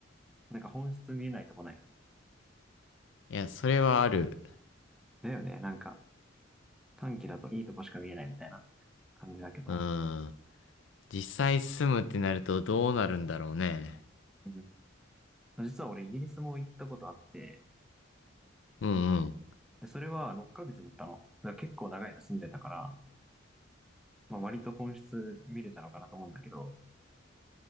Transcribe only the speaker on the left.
いや、それはある。
うーん。実際住むってなるとどうなるんだろうね。
うんうん。